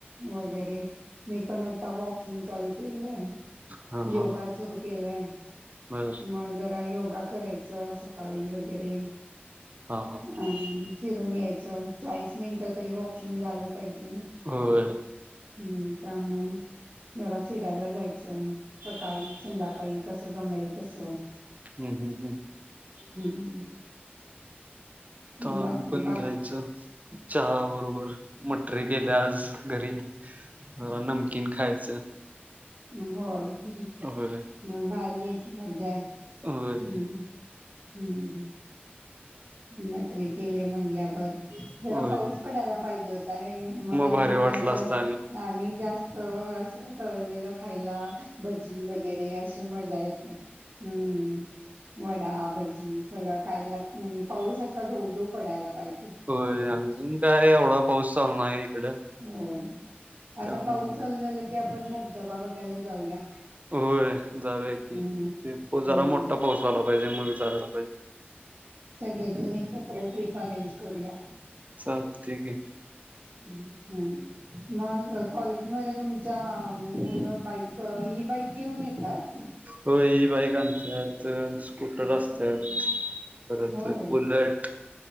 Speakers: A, on the right; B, on the right.
A: वगैरे मी पण आता वॉकिंग चालू केलं.
B: हा
A: योगा
B: हा
A: सुरू केलंय,
B: बर
A: मग जरा योग योगा करायच सकाळी वगैरे आणि
B: हा हा
A: फिरून येई चाळीस मिनिटं तरी वॉकिंग झालं. पाहिजे ना
B: होय
A: हम्म त्यामुळ जरा फिरायला जायचं सकाळी संध्याकाळी कसं जमेल तस
B: हम्म हम्म हम्म
A: हम्म
B: आता
A: बाकी
B: आम्ही पण
A: बा
B: घ्यायचं. चहा बरोबर म टरी केल्या आज घरी जरा नमकीन खायचं.
A: <unintelligible> म हम
B: होय
A: भारी आहे की मज्जा आहे हम्,
B: होय
A: हम्, ह. मटरी केल्या म्हणल्यावर. जरा
B: होय
A: पाऊस पडायला पाहिजे होता हे मग आणि
B: भारी वाटलं
A: असं
B: असतं
A: आणि जास्त. हो अस तळलेला खायला भजी वगैरे अशी मजा येते. हम्म, वडा भजी सगळं खयला लागतंय. पाऊस असा धो-धो पडायला पाहिजे.
B: होय अजून काय एवढा पाऊस चालू नाय इकड
A: हो
B: <inaudible>
A: आता
B: त्यामुळं.
A: पाऊस चालू झाला की आपण धबधबा बघायला जाऊया.
B: होय जाऊया की
A: हम्म
B: ते
A: हम्म
B: जरा मोठा पाऊस आला पाहिजे मग जायला पाहिजे.
A: एकदम एकत्र ट्रिप अरेंज करूया.
B: <inaudible> चालतंय की.
A: हम्, हम्म. मग कॉलेजमध्ये तुमच्या मुलं बाईक, ई-बाईक घेऊन येतात.
B: होय. बाईक आणत्यात. स्कूटर असत्यात, परत
A: होय
B: बुलट.